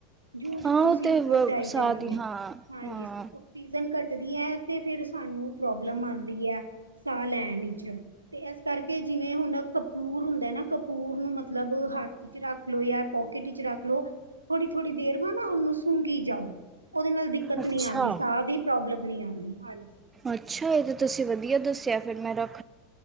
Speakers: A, on the right (about 80°); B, on the right (about 20°).
A: ਜੂ ਜੂ
B: ਹਾਂ ਉਹ
A: ਅਸੀਂ
B: ਤੇ
A: ਉੱਪਰ ਜਾਈ
B: ਸਾਹ
A: ਦੇਵਾਂਗੇ,
B: ਦੀ ਹਾਂ-ਹਾਂ,
A: ਹਾਂਜੀ। ਸੀਜ਼ਨ ਕੱਟਦੀ ਐ ਤੇ ਫੇਰ ਸਾਨੂੰ ਪ੍ਰੋਬਲਮ ਆਂਦੀ ਐ ਸਾਹ ਲੈਣ ਈਚ। ਤੇ ਇਸ ਕਰਕੇ ਜਿਵੇਂ ਹੁਣ ਕਪੂਰ ਹੁੰਦਾ ਨਾ ਕਪੂਰ ਨੂੰ ਮਤਲਬ ਹੱਥ ਵਿੱਚ ਰੱਖ ਲੋ ਯਾਰ ਪੋਕੇਿਟ ਵਿੱਚ ਰੱਖ ਲੋ ਥੋੜੀ ਥੋੜ੍ਹੀ ਦੇਰ ਬਾਅਦ ਨਾ ਉਹਨੂੰ ਸੁੰਘੀ ਜਾਓ। ਉਹਦੇ ਨਾਲ ਦਿੱਕਤ
B: ਅੱਛਾ।
A: ਨੀ ਆਂਦੀ ਸਾਹ ਦੀ ਪ੍ਰੋਬਲਮ ਨ ਆਂਦੀ, ਹਾਂਜੀ।
B: ਅੱਛਾ, ਇਹ ਤਾਂ ਤੁਸੀਂ ਵਧੀਆ ਦੱਸਿਆ ਫੇਰ ਮੈਂ ਤਾ